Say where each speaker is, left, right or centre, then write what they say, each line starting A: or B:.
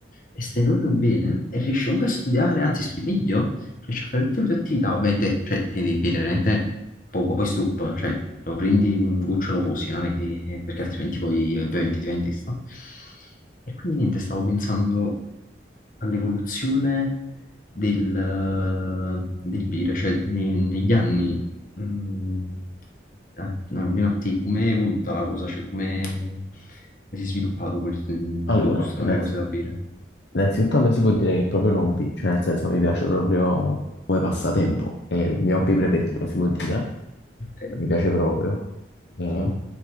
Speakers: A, on the left; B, on the left.
A: e stai proprio bene e riesci comunque a studiare, anzi studi meglio, riesci a fare tutte le tue attività, ovviamente, cioè, ti devi bere veramente poco, poi stup, cioè, lo prendi un goccio, lo posi, non è che, perché altrimenti poi eh, ovviamente ti va in testa. E quindi niente, stavo pensando all'evoluzione del, del bere, cioè, ne- negli anni, mh, a- no, almeno a te, come è evoluta la cosa, cioè, come come si è sviluppato quel, il
B: Allora,
A: tuo gusto
B: innanzi-
A: nelle cose da bere?
B: innanzitutto a me si può dire che è proprio un hobby, cioè nel senso mi piace proprio come passatempo, è il mio hobby preferito, si può dire,
A: Ok.
B: mi piace proprio.
A: Ottimo.
B: Eh,